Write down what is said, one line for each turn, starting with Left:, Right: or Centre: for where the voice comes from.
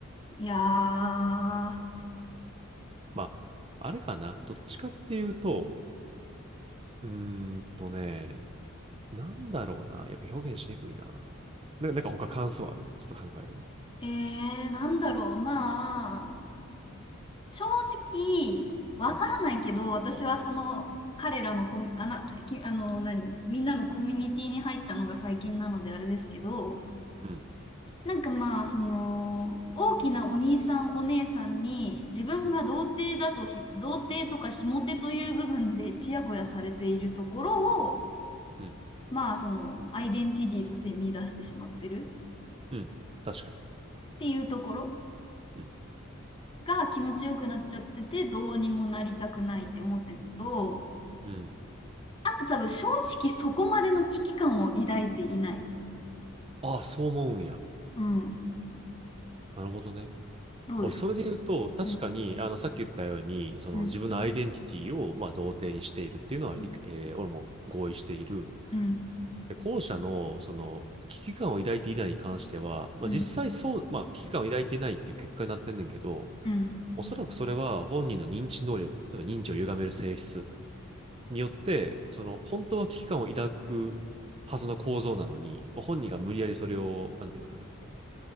Left: いやー、
Right: まあ、あれかな。どっちかっていうと、うーんとね、なんだろうな。やっぱ表現しにくいな。な、なんか他感想あるちょっと考えるわ。
Left: えー、なんだろう、まあ、正直、わからないけど、
Right: うん、
Left: 私はその、彼らのコミ、あな、き、あの、何、みんなのコミュニティに入ったのが最近なのであれですけど、
Right: うん、
Left: なんかまあ、その、大きなお兄さんお姉さんに、自分が童貞だとひ、
Right: うん、
Left: 童貞とかひも手という部分でちやほやされているところを、
Right: うん、
Left: まあ、その、アイデンティティとして見出してしまってる
Right: うん。確かに。
Left: っていうところ
Right: うん、
Left: が気持ちよくなっちゃってて、どうにもなりたくないって思ってるのと、
Right: うん。
Left: あと多分正直そこまでの危機感を抱いていない。
Right: ああ、そう思うんや。
Left: うん。
Right: なるほどね。
Left: どうですか
Right: おそれで言うと、確かに、
Left: うん。
Right: あの、さっき言ったように、その自分のアイデンティティを、
Left: うん。
Right: まあ、同定にしているっていうのは、
Left: うん。
Right: 理えー俺も合意している。
Left: うん。
Right: で後者の、その、危機感を抱いていないに関しては、まあ、
Left: うん。
Right: 実際そう、まあ、危機感を抱いていないっていう結果になってんねんけど、
Left: うん。
Right: おそらくそれは本人の認知能力、例えば認知を歪める性質によって、その、本当は危機感を抱くはずの構造なのに、まあ、本人が無理やりそれを、なんていうんですかね、